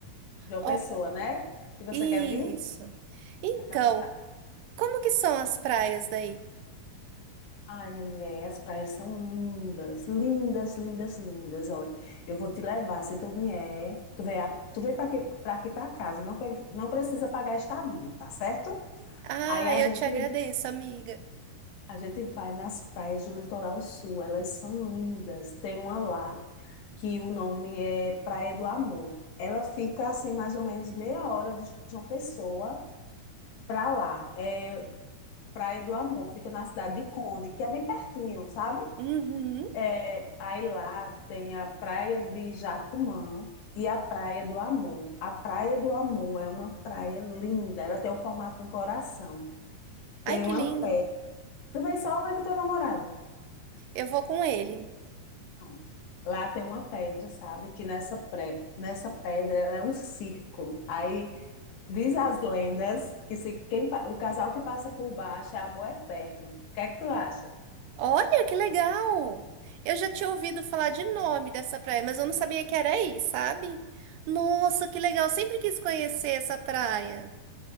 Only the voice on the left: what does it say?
João
Pessoa, né? Que você
quer vir?
A capital.
Ai, mulher, as praias são lindas, lindas, lindas, lindas. Olha, eu vou te levar se tu vier. Tu vem, a- tu vem para aqui, para casa. Não, pe- não precisa pagar estadia, tá certo?
Aí a
gente,
A gente vai nas praias do litoral sul, elas são lindas. Tem uma lá que o nome é Praia do Amor. Ela fica assim mais ou menos meia hora de João Pessoa para lá. É Praia do Amor, fica na cidade de Conde, que é bem pertinho, sabe?
É, aí lá tem a Praia de Jacumã e a Praia do Amor. A Praia do Amor é uma praia linda, ela tem o formato de um coração. Tem
uma
pedra. Tu vem só ou vem com teu namorado?
Pronto. Lá tem uma pedra, sabe? Que nessa, pré, nessa pedra ela é um círculo. Aí diz as lendas que se quem, pa- o casal que passa por baixo é amor eterno. O que é que tu acha?